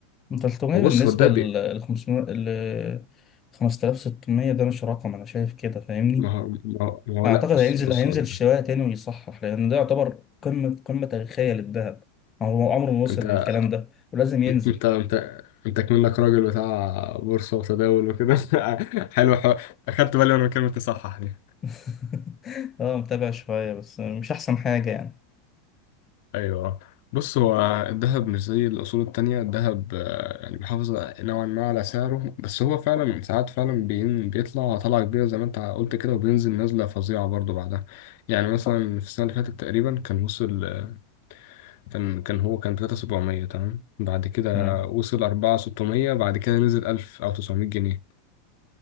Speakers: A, on the left; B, on the left.
A: 300
B: وبص
A: بالنسبة
B: هو الدهب
A: لل
B: بي-
A: 500 ل 5600 ده مش رقم انا شايف كده فاهمني
B: ما هو ما هو ما هو
A: اعتقد
B: لا بس
A: هينزل
B: بص
A: هينزل
B: هقول لك
A: الشوية تاني ويصحح لان ده يعتبر قمة قمة تاريخية للذهب هو عمره ما وصل
B: انت
A: للكلام ده ولازم ينزل
B: انت انت انت كمنك راجل بتاع بورصة وتداول وكده <laughs> حلو حلو اخدت بالي وانا بكلمة تصحح دي
A: <laughs> اه متابع شوية بس مش احسن حاجة يعني
B: ايوه بص هو الذهب مش زي الاصول التانية الذهب آه، يعني بيحافظ نوعا ما على سعره بس هو فعلا ساعات فعلا بين- بيطلع طلعة كبيرة زي ما انت قلت كده وبينزل نزلة فظيعة برضو بعدها يعني مثلا في السنة اللي فاتت تقريبا كان وصل آه، كان كان هو كان 3700 تمام بعد كده
A: تمام.
B: وصل 4600 بعد كده نزل 1000 او 900 جنيه